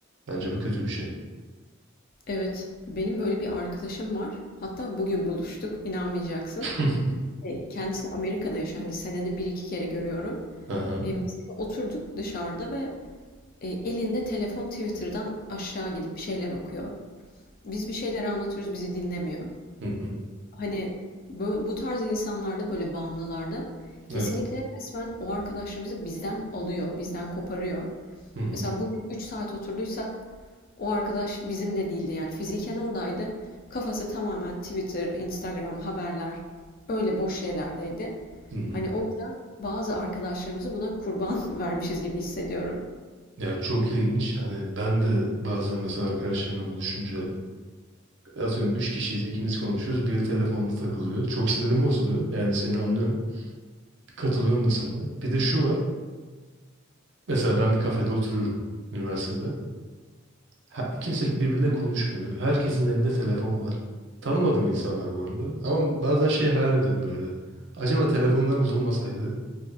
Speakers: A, on the right (about 60°); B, on the left (about 45°).
A: Bence bu kötü bir şey.
B: Evet, benim böyle bir arkadaşım var. Hatta bugün buluştuk, inanmayacaksın.
A: <laughs>
B: E, Kendisi Amerika'da yaşıyor. Hani senede bir iki kere görüyorum.
A: Aha.
B: E, masaya oturduk dışarıda ve e, elinde telefon Twitter'dan aşağı gidip bir şeyler okuyor. Biz bir şeyler anlatıyoruz, bizi dinlemiyor.
A: Hı hı.
B: Hani bu, bu tarz insanlarda böyle bağımlılarda kesinlikle
A: Evet.
B: resmen o arkadaşlarımızı bizden alıyor, bizden koparıyor.
A: Hı hı.
B: Mesela bugün 3 saat oturduysak o arkadaş bizimle değildi yani fiziken oradaydı. Kafası tamamen Twitter, Instagram, haberler öyle boş şeylerdeydi.
A: Hı hı.
B: Hani o yüzden bazı arkadaşlarımızı buna kurban <laughs> vermişiz gibi hissediyorum.
A: Ya çok ilginç. Hani ben de bazen mesela arkadaşlarımla buluşunca atıyorum 3 kişiyiz, ikimiz konuşuyoruz. Biri telefonda takılıyor. Çok sinirim bozuluyor. Yani seni anlıyorum. Katılıyorum da sana. Bir de şu var. Mesela ben bir kafede oturuyorum üniversitede. Ha- Kimse birbiriyle konuşmuyor. Herkesin elinde telefon var. Tanımadığım insanlar bu arada. Ama bazen şey hayal ediyorum böyle. Acaba telefonlarımız olmasaydı